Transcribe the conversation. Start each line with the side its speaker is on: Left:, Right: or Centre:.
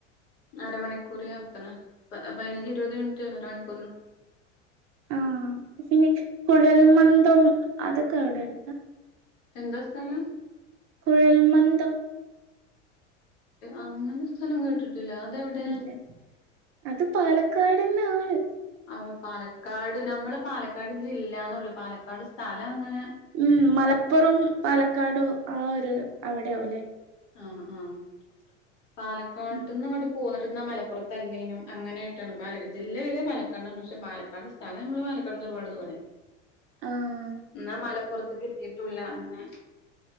Left: അരമണിക്കൂർ യാത്ര, പതിനഞ്ച് ഇരുപത് മിനിറ്റ് അരമണിക്കൂ
Right: ആഹ്, പിന്നെ കുഴൽ മന്ദവും അത് ക്കെ അവിടെ അട്ത്താ
Left: എന്താ സ്ഥലം?
Right: കുഴൽമന്തം
Left: അങ്ങനെ സ്ഥലം കേട്ടിട്ടില്ല, അതെവിടെ?
Right: ഇല്ലേ അത് പാലക്കാട്ന്നാണ്.
Left: ആഹ്, പാലക്കാട് നമ്മള് പാലക്കാടില്ലാന്നൊള്ളു. പാലക്കാട് സ്ഥലങ്ങനെ
Right: ഉം. മലപ്പുറം പാലക്കാടും ആഹ് ഒരു അവിടെയാവുല്ലേ?
Left: ആഹ് ആഹ് പാലക്കാട്ടിന്നിങ്ങട്ട്
Right: ഉം
Left: പോന്നിട്ട് ന്നാ മലപ്പുറത്തല്ലേനും അങ്ങനായിട്ടാണ്. പാലാ ജില്ല വരണെ പാല കാടാണ്, പക്ഷെ പാലക്കാട് സ്ഥലം നമ്മള് പാലക്കാട് നിന്ന് ഒരുപാട് ദൂരെ.
Right: ആഹ്
Left: എന്നാ മലപ്പുറത്തേക്ക് എത്തിട്ടുല്ല അങ്ങനെ